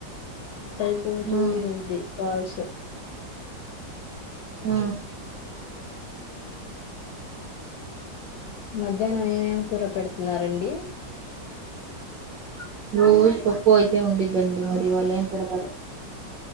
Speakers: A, on the left; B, on the right.
A: అయిపోతూ
B: ఆ
A: ఉన్నిది కాల్స్
B: ఆ
A: మధ్యానం ఏమేమి కూర పెడుతున్నారండి
B: <inaudible> రోజు పప్పు అయితే ఉండిది తిండి మరి ఇవాళ ఏం పెడతారు